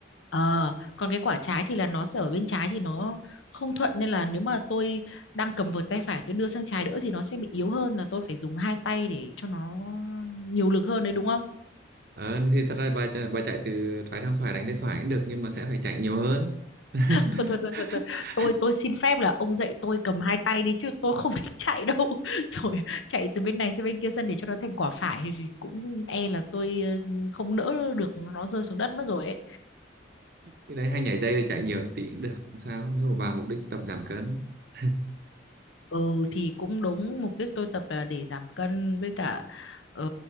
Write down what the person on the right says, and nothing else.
Ờ, thì thật ra bà, ch- bà chạy từ trái sang phải đánh tay phải cũng được nhưng mà sẽ phải chạy nhiều hơn. <laughs>
cái đấy hay nhảy dây thì chạy nhiều tí cũng được không sao nếu mà bà mục đích tập giảm cân <laughs>